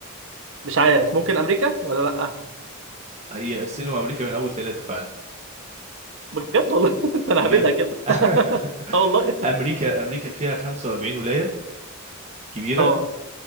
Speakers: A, on the right; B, on the right.
A: مش عارف ممكن امريكا ولا لا
B: هي الصين وامريكا من اول ثلاثه فعلا
A: بجد والله <laughs> انت انا
B: بجد
A: هبدها كده
B: <laughs>
A: <laughs> اه والله
B: امريكا امريكا فيها 45 ولايه كبيره
A: اه